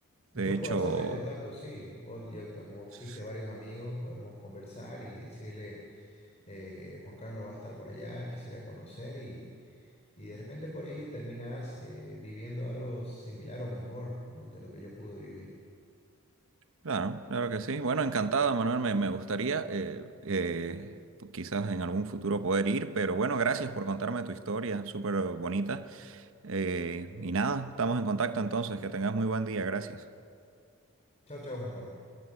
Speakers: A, on the left; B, on the right.
A: Yo
B: De hecho,
A: puedo hacerte contacto, sí. Vos- yo como
B: s-
A: hice varios amigos, podemos conversar y decirle, eh, Juan Carlos va a estar por allá, quisiera conocer y, y de repente por ahí terminás eh, viviendo algo similar o mejor, ¿no? Que lo que yo pude vivir.
B: claro, claro que sí. Bueno, encantado, Manuel. Me, me gustaría eh, eh, pues quizás en algún futuro poder ir. Pero bueno, gracias por contarme tu historia, súper bonita. Eh, y nada, estamos en contacto entonces. Que tengas muy buen día. Gracias.
A: Chao, chao, Juan Carlos.